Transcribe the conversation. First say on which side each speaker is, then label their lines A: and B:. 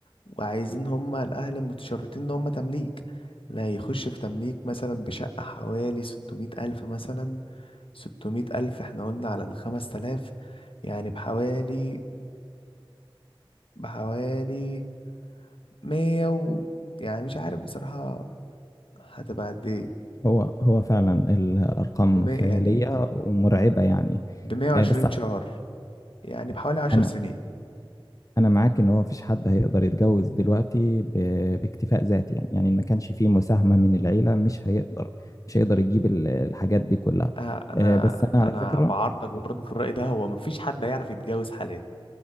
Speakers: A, on the left (about 70°); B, on the left (about 35°).
A: وعايزين هما الاهل المتشرطين ان هما تمليك لا يخش في تمليك مثلا بشقه حوالي 600 الف مثلا 600 الف احنا قلنا على الخمس تلاف يعني بحوالي بحوالي 100 و... يعني مش عارف بصراحه هتبقى قد ايه
B: هو هو فعلا الأرقام
A: بمية
B: خيالية
A: يعني
B: ومرعبة يعني
A: بمية وعشرين
B: آه، بس على
A: شهر
B: فكرة
A: يعني بحوالي عشر
B: أنا
A: سنين
B: أنا معاك إن هو مفيش حد هيقدر يتجوز دلوقتي ب- باكتفاء ذاتي يعني يعني إن ما كانش فيه مساهمة من العيلة مش هيقدر مش هيقدر يجيب ال- الحاجات دي كلها
A: آه، انا
B: آه، بس أنا
A: انا
B: على فكرة
A: بعارضك برضه في الرأي ده هو مفيش حد هيعرف يتجوز حاليا